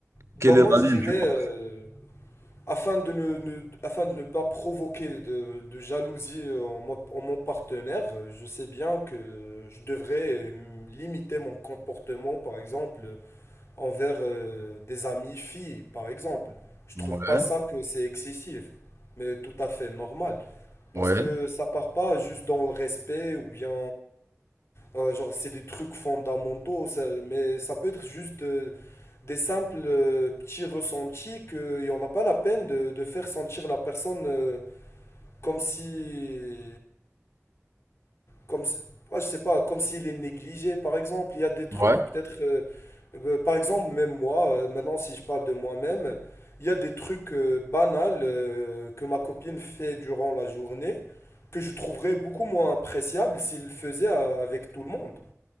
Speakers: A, on the left (about 60°); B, on the right (about 65°).
A: Bah
B: quelle
A: moi,
B: est la
A: je
B: ligne,
A: dirais,
B: tu penses?
A: euh, afin de ne, ne- afin de ne pas provoquer de, de jalousie en, mo- en mon partenaire, euh, je sais bien que je devrais euh, limiter mon comportement, par exemple, envers euh, des amis filles, par exemple. Je
B: Ouais,
A: trouve pas ça que c'est excessif, mais tout à fait normal.
B: ouais,
A: Parce que ça part pas juste dans le respect ou bien, euh, genre, c'est des trucs fondamentaux, ça- mais ça peut être juste euh, des simples euh, petits ressentis que et on n'a pas la peine de, de faire sentir la personne euh, comme si, comme, si- ouais, je sais pas, comme s'il est négligé, par exemple. Il y a des trucs,
B: ouais.
A: peut-être, euh, euh, par exemple, même moi, euh, maintenant, si je parle de moi-même, il y a des trucs euh, banals euh, que ma copine fait durant la journée que je trouverais beaucoup moins appréciable s'il le faisait euh, avec tout le monde.